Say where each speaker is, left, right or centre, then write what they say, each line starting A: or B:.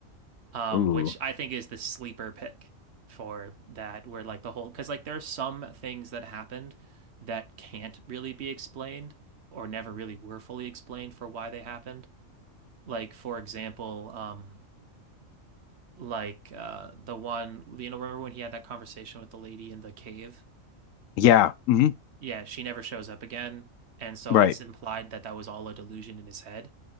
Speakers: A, on the right; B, on the left.
A: um,
B: Ooh.
A: which I think is the sleeper pick for that, where like the whole, because like there are some things that happened that can't really be explained or never really were fully explained for why they happened. Like, for example, um, like uh, the one, you know, remember when he had that conversation with the lady in the cave?
B: Yeah. hmm
A: Yeah, she never shows up again. And so
B: Right.
A: it's implied that that was all a delusion in his head.